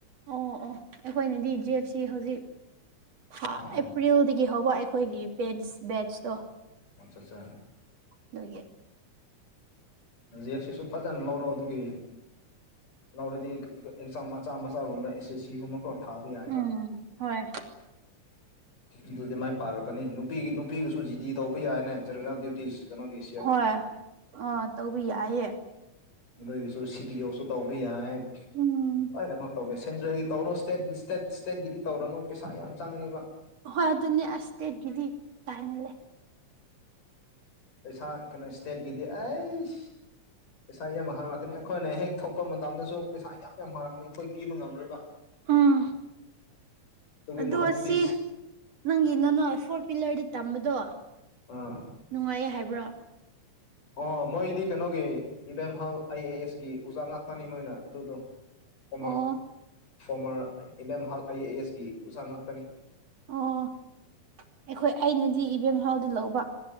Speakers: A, on the right; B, on the left.
A: ꯑꯣ ꯑꯣ ꯑꯩꯈꯣꯏꯅꯗꯤ ꯖꯦꯞꯁꯤ ꯍꯧꯖꯤꯛ ꯑꯦꯄ꯭ꯔꯤꯜꯗꯒꯤ
B: ꯑꯥ
A: ꯍꯧꯕ ꯑꯩꯈꯣꯏꯒꯤ ꯄꯦꯟꯠꯁ ꯕꯦꯠꯁꯇꯣ
B: ꯑꯆꯥ ꯑꯠꯆꯥ
A: ꯅꯣꯏꯌꯦ
B: ꯖꯦꯛꯁꯤꯁꯨ ꯐꯖꯅ ꯂꯧꯔꯣ ꯑꯗꯨꯒꯤ ꯂꯧꯔꯗꯤ ꯑꯦꯛꯖꯥꯝ ꯃꯆꯥ ꯃꯆꯥꯒꯨꯝꯕ ꯑꯦꯁ ꯑꯦꯁ ꯁꯤꯒꯨꯝꯕ ꯀꯣ ꯊꯥꯕ ꯌꯥꯏꯕ
A: ꯎꯝ ꯍꯣꯏ
B: ꯑꯗꯨꯗꯤ ꯃꯥꯏ ꯄꯥꯔꯛꯀꯅꯤ ꯅꯨꯄꯤꯒꯤ ꯅꯨꯄꯤꯒꯤꯁꯨ ꯖꯤꯗꯤ ꯇꯧꯕ ꯌꯥꯏꯅꯦ ꯖꯦꯅꯔꯦꯜ ꯗ꯭ꯌꯨꯇꯤꯁ ꯀꯩꯅꯣꯒꯤꯁꯤ
A: ꯍꯣꯏ ꯑꯥ ꯇꯧꯕꯤ ꯌꯥꯏꯌꯦ
B: ꯑꯗꯨꯏꯒꯤꯁꯨ ꯁꯤ ꯄꯤ ꯑꯣꯁꯨ ꯇꯧꯕ ꯌꯥꯏ
A: ꯎꯝ
B: ꯂꯣꯏꯅꯃꯛ ꯇꯧꯕꯦ ꯁꯦꯟꯇ꯭ꯔꯦꯜꯒꯤ ꯇꯧꯔꯅꯣ ꯏꯁꯇꯦꯠ ꯏꯁꯇꯦꯠ ꯏꯁꯇꯦꯠꯀꯤꯗꯤ ꯇꯧꯔꯅꯣ ꯄꯩꯁꯥ ꯌꯥꯝ ꯆꯪꯉꯅꯤꯕ
A: ꯍꯣꯏ ꯑꯗꯨꯅꯦ ꯑꯁꯇꯒꯤꯗꯤ ꯇꯥꯏꯅꯂꯦ
B: ꯄꯩꯁꯥ ꯀꯩꯅꯣ ꯏꯁꯇꯦꯠ ꯀꯗꯤ ꯑꯁ ꯄꯩꯁꯥ ꯌꯥꯝ ꯍꯥꯡꯉꯛꯀꯅꯤ ꯑꯩꯈꯣꯏꯅ ꯍꯦꯛ ꯊꯣꯛꯄ ꯃꯇꯝꯗꯁꯨ ꯄꯩꯁꯥ ꯌꯥꯝ ꯌꯥꯝ ꯍꯥꯡꯂꯛꯀꯅꯤ ꯑꯩꯈꯣꯏ ꯄꯤꯕ ꯉꯝꯔꯣꯏꯕ
A: ꯎꯝ
B: ꯑꯗꯨꯒꯤ
A: ꯑꯗꯣ
B: ꯃꯍꯨꯠꯇꯨꯗꯤ
A: ꯁꯤ ꯅꯪꯒꯤ ꯅꯅꯥ ꯐꯣꯔ ꯄꯤꯂꯔꯗꯨ ꯇꯝꯕꯗꯣ
B: ꯑꯥ
A: ꯅꯨꯡꯉꯥꯏꯌꯦ ꯍꯥꯏꯕ꯭ꯔꯣ
B: ꯑꯣ ꯃꯣꯏꯗꯤ ꯀꯩꯅꯣꯒꯤ ꯏꯕꯦꯝꯍꯜ ꯑꯥꯏ ꯑꯦ ꯑꯦꯁꯀꯤ ꯑꯣꯖꯥ ꯉꯥꯛꯇꯅꯤ ꯃꯣꯏꯅ ꯑꯗꯨꯗꯣ ꯐꯣꯔꯃꯔ
A: ꯑꯣ
B: ꯐꯣꯔꯃꯔ ꯏꯕꯦꯝꯍꯜ ꯑꯥꯏ ꯑꯦ ꯑꯦꯁꯀꯤ ꯎꯖꯥ ꯉꯥꯛꯇꯅꯤ
A: ꯑꯣ ꯑꯩꯈꯣꯏ ꯑꯩꯅꯗꯤ ꯏꯕꯦꯝ ꯍꯥꯎꯗ ꯂꯧꯕ